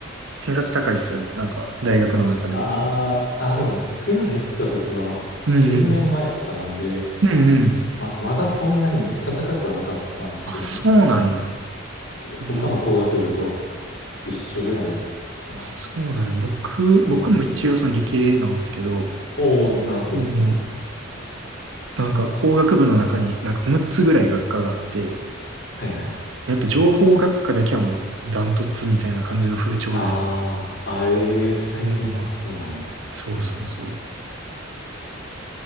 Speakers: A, on the right; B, on the left.
A: 偏差値高いっすよね。なんか大学の中でも。
B: あーあー、でも僕が入った時は10年前とかなんで、
A: うんうん。うんうん。
B: ま、まだそんなにめっちゃ高くはなかったんですよね。
A: あ、そうなんや。えー
B: 他の工学部と一緒ぐらいでしたね。
A: あ、そうなんや。僕、
B: そう。
A: 僕も一応その理系なんですけど、
B: おお、なるほど。
A: うんなんか工学部の中になんか6つぐらい学科があって、
B: はいはいはい。
A: やっぱ情報学科だけはもうダントツみたいな感じの風潮です。
B: あーあ、えー、最近はそうなんや。
A: うんうん。そうそうそ
B: えー